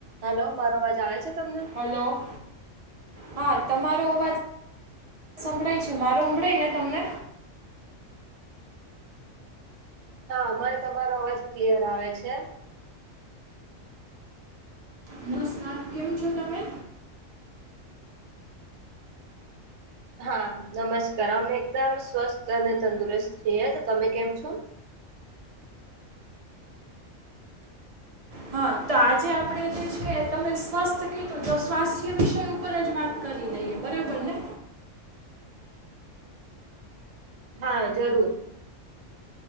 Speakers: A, on the right (about 65°); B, on the right (about 50°).
A: Hello મારો અવાજ આવે છે તમને
B: હલો હા તમારો અવાજ <unintelligible> સંભળાય છે મારો સંંભળાય ને તમને
A: હા મને તમારો અવાજ ક્લિયર આવે છે
B: નમસ્કાર કેમ છો તમે
A: હા નમસ્કાર અમે એકદમ સ્વસ્થ અને તંદુરસ્ત છીએ તો તમે કેમ છો
B: હા તો આજે આપણે જે છે તમે સ્વસ્થ કીધું જો સ્વાસ્થ્ય વિષય ઉપર જ વાત કરી લઈએ બરાબર ને
A: હા જરૂર